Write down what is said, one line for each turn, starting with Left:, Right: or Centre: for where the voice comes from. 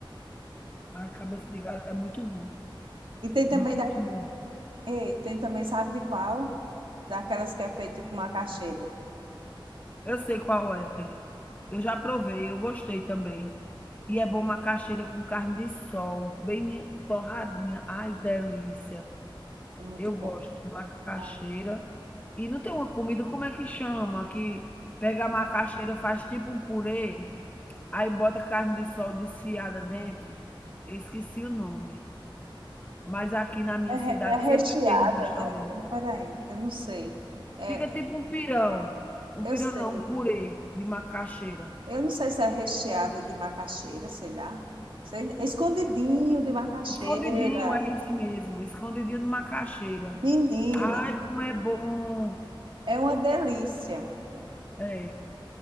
Left: Ai, cabeça de galo é muito bom,
Right: E tem também
Left: muito
Right: da
Left: bom.
Right: E tem também, sabe de qual? Daquelas que é feita com macaxeira.
Left: Eu sei qual é. Eu já provei, eu gostei também. E é bom macaxeira com carne de sol, bem torradinha. Ai, delícia.
Right: É muito
Left: Eu
Right: bom.
Left: gosto de macaxeira.
Right: tá?
Left: E não tem uma comida, como é que chama? Que pega a macaxeira, faz tipo um purê, aí bota carne de sol desfiada dentro. Eu esqueci o nome, mas aqui na minha
Right: É, re-
Left: cidade
Right: é recheada,
Left: sempre tem um restaurante.
Right: né? Peraí, eu não sei. É,
Left: Fica tipo
Right: é,
Left: um pirão. Um
Right: eu
Left: pirão
Right: sei.
Left: não, um purê de macaxeira.
Right: Eu não sei se é recheada de macaxeira, sei lá. Sei, é escondidinho de macaxeira.
Left: Escondidinho, é isso mesmo, escondidinho de macaxeira.
Right: Menina,
Left: Ai, como é bom!
Right: é uma delícia.
Left: É,